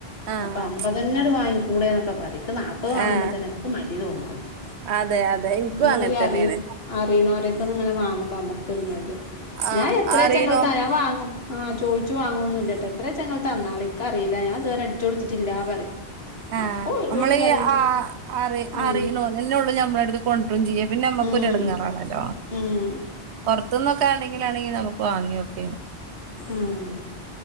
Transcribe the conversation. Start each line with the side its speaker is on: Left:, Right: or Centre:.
Right: ആഹ്
Left: അപ്പ അമ്പതെന്നെ വാങ്ങി കൂടെന്നൊക്കെ പറയും ക്ക് നാപ്പത് വാങ്ങുമ്പ
Right: ആഹ്
Left: തന്നെ ഇക്ക് മടി <unintelligible>
Right: അതെ അതെ ഇൻക്കും
Left: ഇമ്മള്
Right: അങ്ങൻ
Left: ഈ
Right: തന്നേണ്
Left: അറീ അറീണോരൊടുത്തുന്ന് ഇങ്ങനെ വാങ്ങുമ്പോ നമ്മക്കൊരു മടിയാ
Right: ആഹ്
Left: ഞാൻ എത്രയച്ചാ
Right: അറിണോ
Left: ഇങ്ങളടുത്ത് ഞാൻ വാങ്ങും ആ ചോദിച്ച് വാങ്ങോന്നുല്ല ട്ടോ എത്രയച്ചാ ഇങ്ങള് തന്നോളി ക്കറിയില്ല ഞാനിതുവരെ കൊടുത്തിട്ടില്ല പറയും
Right: ആ
Left: അപ്പൊ
Right: നമ്മള്
Left: ഓല് പറയും
Right: ആ അ അറി
Left: ഉം
Right: അറിയുണോന്ന് എന്നോട് ഞമ്മളടുത് <unintelligible> പിന്നെ നമ്മുക്കൊരുടങ്ങാറാണല്ലോ
Left: ഉം ഉം
Right: പൊറത്തുന്നൊക്കെ ആണെങ്കിലാണെങ്കി നമുക്ക് വാങ്ങി <unintelligible>
Left: മ്മ്